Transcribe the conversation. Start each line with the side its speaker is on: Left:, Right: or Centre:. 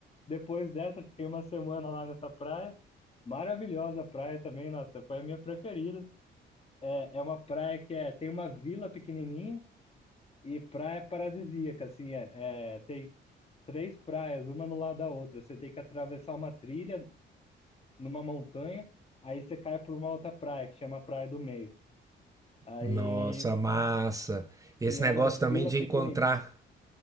Left: Depois dessa, fiquei uma semana lá nessa praia. Maravilhosa a praia também, nossa, foi a minha preferida. É, é uma praia que é, tem uma vila pequenininha e praia paradisíaca, assim, é, é, tem três praias, uma no lado da outra. Você tem que atravessar uma trilha numa montanha, aí você cai para uma outra praia, que chama Praia do Meio. Aí,
Right: Nossa, massa. Esse
Left: e é
Right: negócio
Left: umas vilas
Right: também de
Left: pequenininhas.
Right: encontrar,